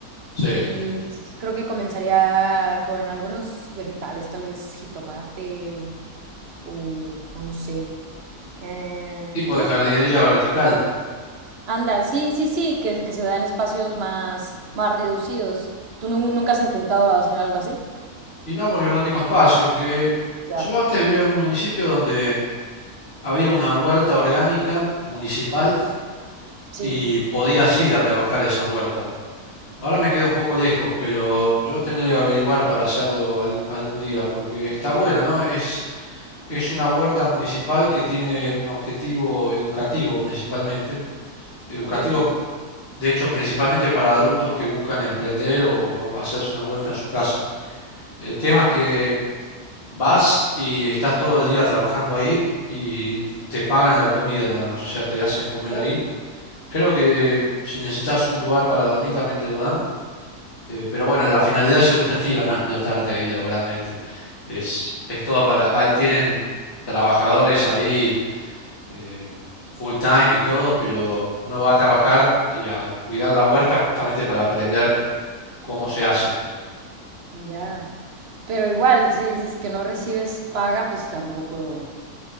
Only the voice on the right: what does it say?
y pues, creo que comenzaría con algunos vegetales, tal vez jitomate o, o no sé. Eh,
¿tú?
Anda, sí, sí, sí, que, que se da en espacios más, más reducidos. ¿Tú nu- nunca has intentado hacer algo así?
Ya,
sí.
Ok,
ok.
Ah,
oh,
ya. Pero igual, si dices que no recibes paga, pues tampoco.